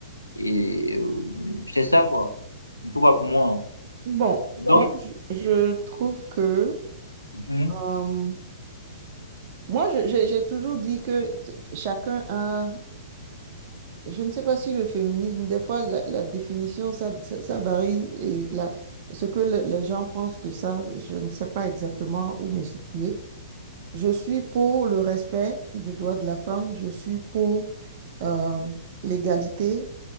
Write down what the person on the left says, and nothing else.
Et euh, c'est ça, quoi. En tout cas, pour moi.
Donc,
mhm,